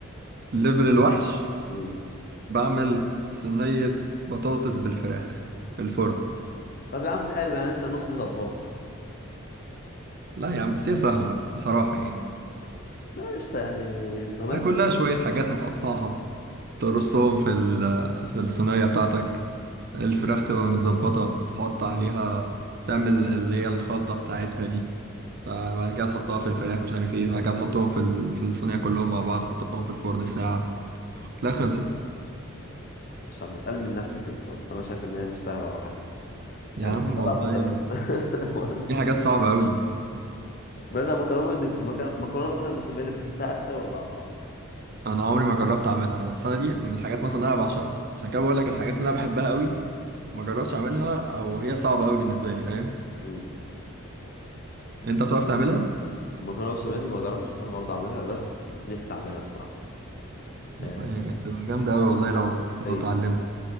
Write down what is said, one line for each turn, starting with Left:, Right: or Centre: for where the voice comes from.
Right: ليفل الوحش
Left: امم
Right: بعمل صينيه بطاطس بالفراخ في الفرن
Left: طب يا عم حلو يعني انت نص طباخ
Right: لا يعني بس هي سهله بصراحه يعني
Left: لا قشطه يعني زمان
Right: ده كلها شويه حاجات هتقطعها ترصهم في ال- في الصينيه بتاعتك الفراخ تبقى متظبطة تحط عليها تعمل اللي هي الخلطة بتاعتها دي تع- بعد كده تحطها في الفراخ مش عارف ايه بعد كده تحطهم في ال- في الصينية كلهم مع بعض تحطهم في الفرن ساعة تلاقي خلصت
Left: مش عم بتقل من نفسك انت بس انا شايف ان هي مش سهله ولا حاجه
Right: يا
Left: يعني
Right: عم
Left: <laughs>
Right: والله
Left: طبخ بقى. <laughs>
Right: دي حاجات صعبة قوي
Left: مثلا مكرونه بالنسبه مكرونه مكرونة مثلا بشاميل بتحسها اسهل ولا اصعب
Right: انا عمري ما جربت اعملها بس انا دي من الحاجات مثلا اللي انا بعشقها عشان كده بقول لك الحاجات اللي انا بحبها قوي ما جربتش اعملها او هي صعبة قوي بالنسبة لي فاهم
Left: امم
Right: انت بتعرف تعملها
Left: مكرونه بشاميل ما جربتش بصراحه برضه اعملها بس نفسي اعملها بصراحه آه،
Right: يعني هتبقى جامدة
Left: بس
Right: قوي
Left: بعرف
Right: والله لو لو
Left: كيف.
Right: اتعلمت